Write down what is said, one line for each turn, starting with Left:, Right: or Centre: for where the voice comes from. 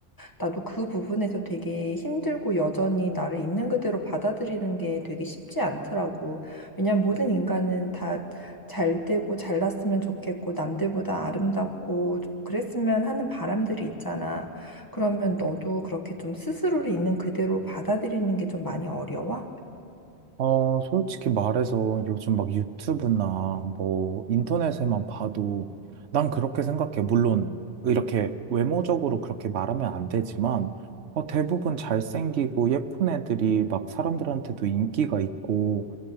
Left: 나도 그 부분에서 되게 힘들고 여전히 나를 있는 그대로 받아들이는 게 되게 쉽지 않더라고. 왜냐면 모든 인간은 다 잘 되고 잘났으면 좋겠고 남들보다 아름답고 그랬으면 하는 바람들이 있잖아. 그러면 너도 그렇게 좀 스스로를 있는 그대로 받아들이는 게 좀 많이 어려워?
Right: 어, 솔직히 말해서 요즘 막 유튜브나 뭐 인터넷에만 봐도 난 그렇게 생각해. 물론 이렇게 외모적으로 그렇게 말하면 안 되지만 어, 대부분 잘생기고 예쁜 애들이 막 사람들한테도 인기가 있고